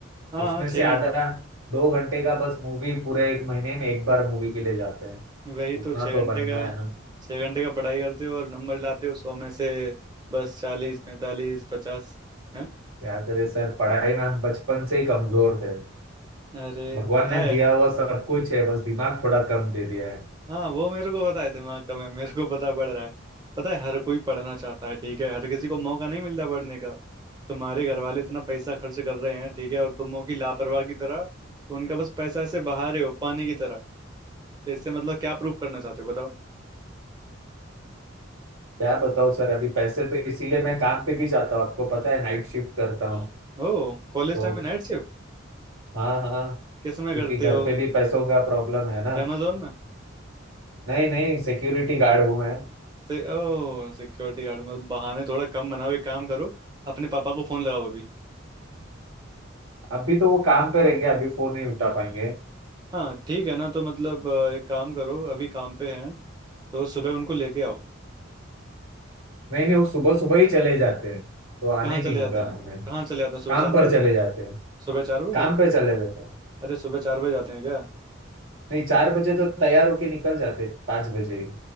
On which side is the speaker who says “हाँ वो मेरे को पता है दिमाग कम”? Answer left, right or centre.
Right